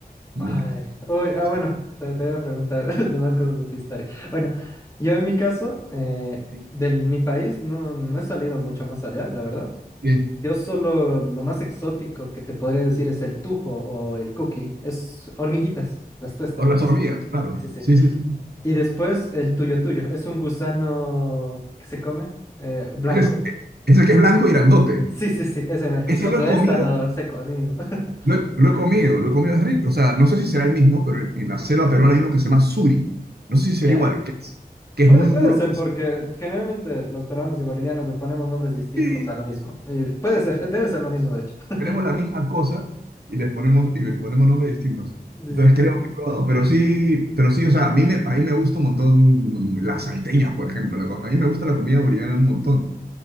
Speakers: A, on the right; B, on the left.
A: ¿no?
B: Ay, uy, ah,
A: Sí.
B: bueno, te, te voy a preguntar <laughs> demás cosas de tu historia. Bueno, yo en mi caso, eh,
A: sí.
B: del mi país no, no he salido mucho más allá, la verdad.
A: Sí.
B: Yo solo lo más exótico que te podría decir es el tujo o el cookie. Es hormiguitas, las tuestan.
A: O las
B: no
A: hormigas,
B: sé.
A: claro.
B: Sí, sí.
A: Sí, sí, sí.
B: Y después el tuyo tuyo. Es un gusano que se come, eh, blanco.
A: Ese es, ese que es blanco y grandote.
B: Sí, sí, sí, ese mero.
A: Ese
B: Lo
A: lo
B: tuestan
A: he comido,
B: o seco, así mismo. <laughs>
A: lo he, lo he comido, lo he comido, es rico. O sea, no sé si será el mismo, pero en, en la selva peruana hay uno que se llama suri. No sé si será
B: ¿Ya?
A: igual, que es, que
B: Puede,
A: es muy
B: puede
A: grueso.
B: ser porque generalmente los peruanos y bolivianos le ponemos nombres distintos
A: Sí,
B: a lo mismo. Y puede ser, eh, debe ser lo mismo, de hecho. <laughs>
A: tenemos la misma cosa y les ponemos, y les ponemos nombres distintos.
B: Sí,
A: Entonces
B: sí.
A: creo que he probado, pero sí, pero sí, o sea, a mí me, a mí me gusta un montón las salteñas, por ejemplo. la co- a mí me gusta la comida boliviana un montón.